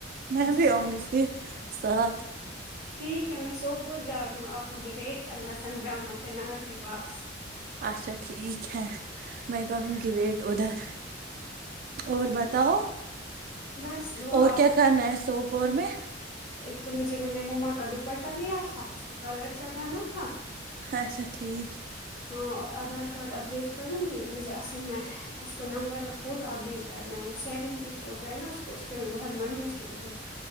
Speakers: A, on the right (about 50°); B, on the left (about 55°).
A: میں
B: مجھے
A: بھی
B: سو
A: آؤں گی پھر ساتھ
B: ٹھیک ہے میں سوپور جا رہی ہوں آپ مجھے ویٹ کرنا سندراما چنار کے پاس
A: اچھا ٹھیک ہے میں کروں گی ویٹ ادھر
B: ٹھیک
A: اور بتاؤ
B: بس دعا
A: اور
B: آپ
A: کیا
B: کی
A: کرنا ہے سوپور میں
B: ایک تو مجھے میں نے مما کا دوپٹہ لیا تھا اس کو کلر چڑھانا تھا
A: اچھا ٹھیک
B: ہاں اور آدھار کارڈ ابڈیٹ کروں گی مجھے اصل میں اس کو نمبر اور فوٹو ابڈیٹ کرنا ہے وہ سیونتھ کی فوٹو ہے نا اس کو اس میں بہت مانہوس لگ رہے ہے